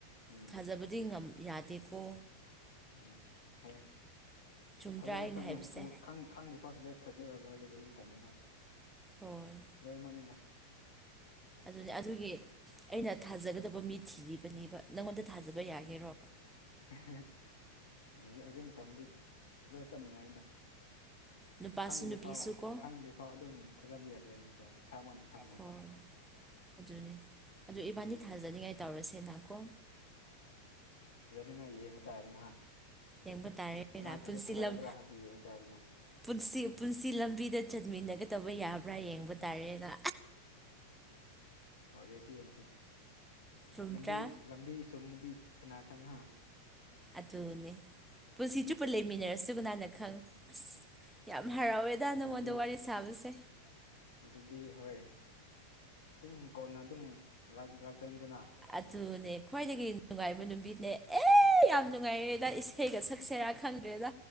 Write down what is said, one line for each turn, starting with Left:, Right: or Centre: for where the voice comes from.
Left: ꯎꯝ
Centre: ꯊꯥꯖꯕꯗꯤ ꯉꯝ ꯌꯥꯗꯦꯀꯣ
Left: ꯎꯝ ꯍꯣꯏ
Centre: ꯆꯨꯝꯗ꯭ꯔꯥ
Left: ꯊꯖꯔꯣꯏ
Centre: ꯑꯩꯅ
Left: ꯈꯪꯉꯦ
Centre: ꯍꯥꯏꯕꯁꯦ
Left: <unintelligible> ꯈꯪ ꯈꯥꯡꯗ꯭ꯔꯤꯐꯥꯎ ꯁꯨꯛꯊ ꯊꯥꯖꯔꯣꯏꯒ ꯍꯧꯖꯤꯛ ꯃꯇꯝꯅꯤꯀꯣ
Centre: ꯍꯣꯏ
Left: ꯂꯣꯏꯅꯃꯛꯅꯤꯗ
Centre: ꯑꯗꯨꯅꯦ ꯑꯗꯨꯒꯤ ꯑꯩꯅ ꯊꯥꯖꯒꯗꯕ ꯃꯤ ꯊꯤꯔꯤꯕꯅꯦꯕ ꯅꯪꯉꯣꯟꯗ ꯊꯥꯖꯕ ꯌꯥꯒꯦꯔꯣ
Left: <unintelligible> ꯍꯧꯖꯤꯛ ꯍꯧꯖꯤꯛ ꯃꯇꯝꯗꯤ ꯂꯣꯏ ꯆꯞꯃꯥꯟꯅꯔꯦꯗꯥ
Centre: ꯅꯨꯄꯥꯁꯨ
Left: ꯈꯪꯗ꯭ꯔꯤ
Centre: ꯅꯨꯄꯤꯁꯨ
Left: ꯐꯥꯎ
Centre: ꯀꯣ
Left: ꯈꯪꯗ꯭ꯔꯤ ꯐꯥꯎ ꯑꯗꯨꯝ ꯊꯥꯖꯕ ꯌꯥꯗ꯭ꯔꯦꯅꯤꯀꯣ ꯏꯁꯥꯃꯛꯅ ꯈꯪꯗ꯭ꯔꯤꯐꯥꯎ
Centre: ꯍꯣꯏ ꯑꯗꯨꯅꯦ ꯑꯗꯨ ꯏꯕꯥꯗꯤ
Left: ꯑꯗꯨꯒꯤꯅꯦꯕ
Centre: ꯊꯥꯖꯅꯤꯡꯉꯥꯏ ꯇꯧꯔꯁꯦꯅꯀꯣ
Left: ꯊꯥꯖꯅꯤꯉꯥꯏ ꯌꯦꯡꯕ ꯇꯥꯔꯦꯅ ꯍꯥ
Centre: ꯌꯦꯡꯕ ꯇꯥꯔꯦꯅ
Left: ꯀꯃꯥꯏꯅ ꯇꯧꯔꯒ
Centre: ꯄꯨꯟꯁꯤ
Left: ꯊꯥꯖꯒꯗ꯭ꯔꯥ
Centre: ꯂꯝ
Left: ꯍꯥꯏꯕꯗꯨ ꯌꯦꯡꯕ ꯇꯥꯔꯦꯗꯅ
Centre: ꯄꯨꯟꯁꯤ ꯄꯨꯟꯁꯤ ꯂꯝꯕꯤꯗ ꯆꯠꯃꯤꯟꯅꯒꯗꯕ ꯌꯥꯕ꯭ꯔꯥ ꯌꯦꯡꯕ ꯇꯥꯔꯦꯅ
Left: ꯑꯣ ꯌꯦꯡꯁꯤ ꯌꯦꯡꯁꯤ
Centre: ꯆꯨꯝꯗ꯭ꯔꯥ
Left: ꯂꯝꯕꯤ ꯂꯝꯕꯤ ꯆꯨꯝꯃꯗꯤ ꯀꯅꯥ ꯈꯪ ꯍꯥ
Centre: ꯑꯗꯨꯅꯦ ꯄꯨꯟꯁꯤ ꯆꯨꯞꯄ ꯂꯩꯃꯤꯟꯅꯔꯁꯨ ꯀꯅꯥꯅ ꯈꯪ ꯑꯁ ꯌꯥꯝ ꯍꯔꯥꯎꯋꯦꯗ
Left: ꯑꯗꯨꯗꯤ
Centre: ꯅꯪꯉꯣꯟꯗ ꯋꯥꯔꯤ ꯁꯥꯕꯁꯦ
Left: ꯑꯗꯨꯗꯤ ꯍꯣꯏ ꯑꯗꯨꯝ ꯀꯣꯟꯅ ꯑꯗꯨꯝ ꯂꯥꯛ ꯂꯥꯛꯇꯅꯤꯗꯅ
Centre: ꯑꯗꯨꯅꯦ ꯈ꯭ꯋꯥꯏꯗꯒꯤ ꯅꯨꯡꯉꯥꯏꯕ ꯅꯨꯄꯤꯅꯦ ꯑꯦ ꯌꯥꯝ ꯅꯨꯡꯉꯥꯏꯔꯦꯗ ꯏꯁ ꯏꯁꯩꯒ ꯁꯛꯁꯦꯔꯥ ꯈꯪꯗ꯭ꯔꯦꯗ